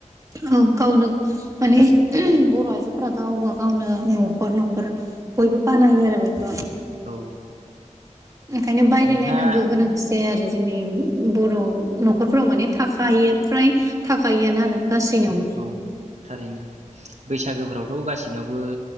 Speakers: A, on the right; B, on the right.
A: औ गावनो माने ओहोम बर' आइजोफ्रा गावबा- गावनो न'खर न'खर बयबो बानायो आरो बेखौ ।
B: औ
A: ओंखायनो बायलायलायनांगो
B: नोंथाङा
A: गोनांथि जाया आरो जोंनि बर' न'खरफोराव माने थाखायो फ्राय थाखायोआनो आरो गासैनावबो
B: औ थारैनो, बैसागोफोरावथ' गाैनावबो